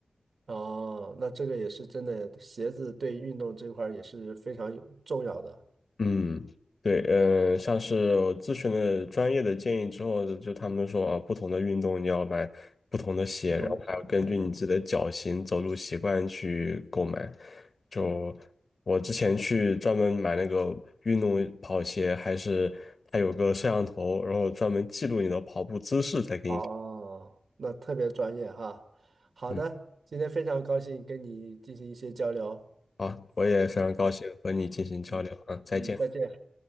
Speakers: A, on the right; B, on the left.
A: 哦，那这个也是真的，鞋子对运动这块儿也是非常有重要的，
B: 嗯，对，嗯，像是我咨询了专业的建议之后，就他们说啊，不同的运动你要买不同的鞋，
A: 不同的鞋，
B: 然后还要根据你自己的脚型、
A: 对吧？
B: 走路习惯去购买。就我之前去专门买那个运动跑鞋，还是它有个摄像头，然后专门记录你的跑步姿势再给你。
A: 哦，那特别专业哈。好的，
B: 嗯，
A: 今天非常高兴跟你进行一些交流。
B: 好，我也非常高兴和你进行交流啊，
A: 啊。嗯嗯，
B: 再见。
A: 再见。